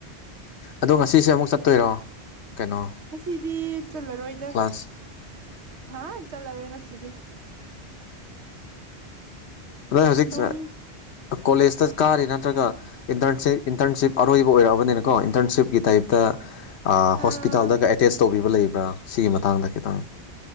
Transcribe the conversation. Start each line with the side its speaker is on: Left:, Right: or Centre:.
Left: ꯑꯗꯣ ꯉꯁꯤꯁꯦ ꯑꯃꯨꯛ ꯆꯠꯇꯣꯏꯔꯣ ꯀꯩꯅꯣ
Right: ꯉꯁꯤꯗꯤ ꯆꯜꯂꯔꯣꯏꯗ
Left: ꯀ꯭ꯂꯥꯁ
Right: ꯑ ꯆꯜꯂꯔꯣꯏ ꯉꯁꯤꯗꯤ
Left: ꯅꫭꯏ ꯍꯧꯖꯤꯛ
Right: ꯅꯣꯡ
Left: ꯀꯣꯂꯦꯖꯇ ꯀꯥꯔꯤꯔ ꯅꯠꯇ꯭ꯔꯒ ꯏꯟꯇꯔꯟꯁꯤꯞ ꯏꯟꯇꯔꯟꯁꯤꯞ ꯑꯔꯣꯏꯕ ꯑꯣꯏꯔꯛꯑꯕꯅꯤꯅꯀꯣ ꯏꯟꯇꯔꯟꯁꯤꯞꯀꯤ ꯇꯥꯏꯞꯇ ꯑꯥ
Right: ꯑꯥ
Left: ꯍꯣꯁꯄꯤꯇꯥꯜꯗꯒ ꯑꯦꯇꯦꯁ ꯇꯧꯈꯤꯕ ꯂꯩꯕ꯭ꯔꯥ ꯁꯤꯒꯤ ꯃꯇꯥꯡꯗ ꯈꯤꯇꯪ